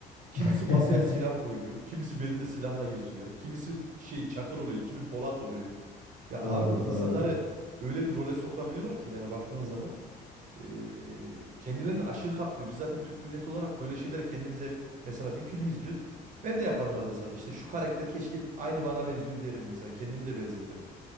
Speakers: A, on the right; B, on the left.
A: Kimisi
B: <laughs>
A: masaya silah koyuyor. Kimisi belinde silahla geziyor. Kimisi şey çakır oluyor. Kimi Polat oluyor. Ya
B: Doğru
A: abi insanları
B: doğru
A: öyle bir role sokabiliyorlar ki yani baktığın zaman. Eee, kendilerini aşırı kaptırıyor. Biz zaten Türk milleti olarak böyle şeylere kendimiz hep mesela bir film izliyoruz. Ben de yaparım arada sırada. İşte şu karakter keşke aynı bana benziyor derim mesela. Kendimi de benzetirim.